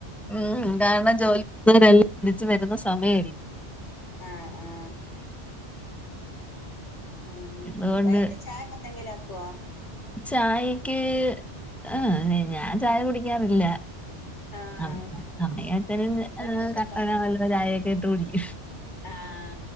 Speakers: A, in the centre; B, on the left.
A: ഉം കാരണം ജോലി <inaudible> രെല്ലാം തിരിച്ച് വരുന്ന സമയമല്ലേ.
B: ആഹ് ആഹ്. ഉം
A: അതുകൊണ്ട്
B: വൈകിട്ട് ചായക്ക് എന്തെങ്കിലും ആകൊ
A: ചായക്ക് ആഹ് ഞാൻ ചായ കുടിക്കാറില്ല.
B: ആഹ്
A: അമ്മ അമ്മയും അച്ഛനും
B: പൊന്നു വെച്ചെടുത്താണ്
A: കട്ടന വല്ല ചായൊക്കെ ഇട്ട് കുടിക്കും.
B: ആഹ്.